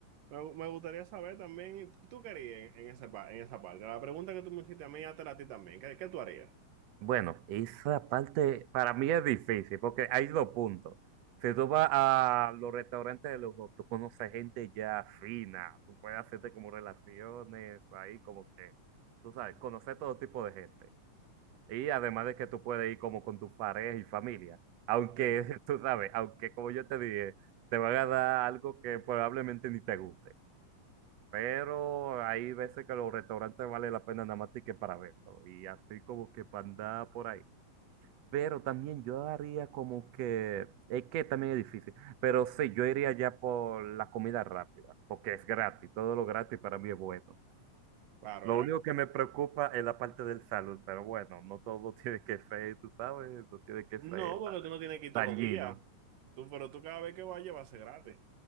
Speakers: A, on the right (about 80°); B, on the right (about 65°).
A: Me, me gustaría saber también, ¿tú qué harías en, en esa, pa- en esa parte? La pregunta que tú me hiciste a mí, hasta a ti también. ¿Qué, qué tú harías?
B: Bueno, esa parte para mí es difícil porque hay dos puntos. Si tú vas a los restaurantes de lujo, tú conoces gente ya fina, tú puedes hacerte como relaciones ahí, como que, tú sabes, conocer todo tipo de gente. Y además de que tú puedes ir como con tus parejas y familia. Aunque,
A: Sí.
B: <laughs> tú sabes, aunque como yo te dije, te van a dar algo que probablemente ni te guste. Pero hay veces que los restaurantes vale la pena nada más que para verlo. Y así como que para andar por ahí. Pero también yo haría como que, es que también es difícil. Pero sí, yo iría ya por la comida rápida, porque es gratis. Todo lo gratis para mí es bueno.
A: Claro,
B: Lo
A: gratis.
B: único que me preocupa es la parte del salud, pero bueno, no todo <laughs> tiene que ser, tú sabes, no tiene que
A: No,
B: ser
A: porque
B: ta-
A: tú no tienes que ir todos
B: dañino.
A: los días. Tú, pero tú cada vez que vayas va a ser gratis.